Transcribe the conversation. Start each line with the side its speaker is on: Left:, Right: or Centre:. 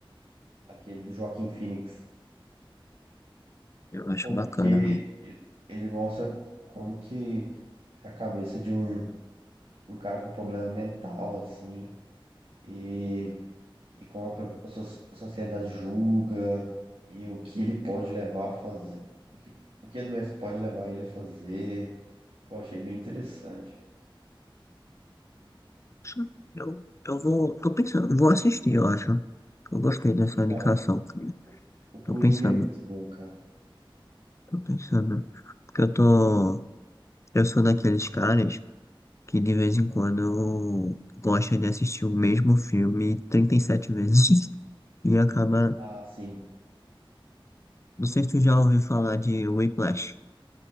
Right: Aquele do Joaquin Phoenix.
Left: Eu acho
Right: Pô,
Left: bacana,
Right: porque
Left: né?
Right: ele ele mostra como que a cabeça de um, um cara com problema mental, assim, e, e como a, pe- a so- a sociedade julga, e o que ele pode levar a fazer, o que, o que a doença pode levar ele a fazer. Pô, achei bem interessante.
Left: Poxa, Eu, eu vou, tô pensando, vou assistir, eu acho. Eu gostei dessa
Right: Cara,
Left: indicação.
Right: o, o Coringa
Left: Tô pensando,
Right: é muito bom, cara.
Left: tô pensando. Porque eu tô, eu sou daqueles caras que de vez em quando gosta de assistir o mesmo filme 37 vezes <laughs> e acaba.
Right: Ah, sim.
Left: Não sei se tu já ouviu falar de Whiplash.